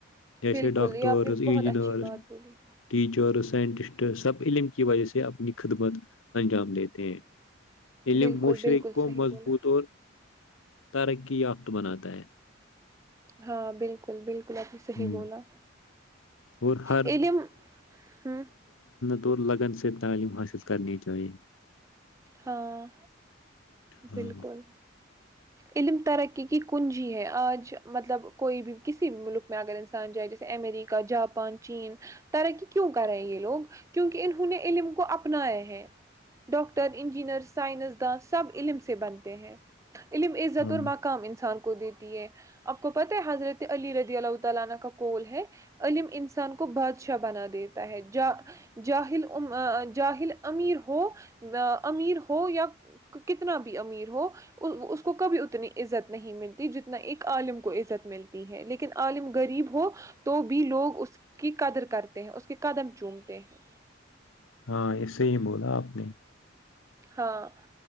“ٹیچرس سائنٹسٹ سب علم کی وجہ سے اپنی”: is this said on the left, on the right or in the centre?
Left